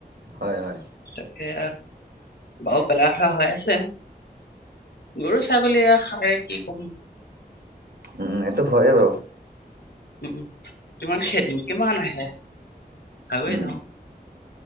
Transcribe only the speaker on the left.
তাকে বাাৰু পেলাখা হৈ আছে গৰু ছাগলীয়ে সাৰে কি কম
উম কিমান খেদিম কিমান আহে খাবে
ন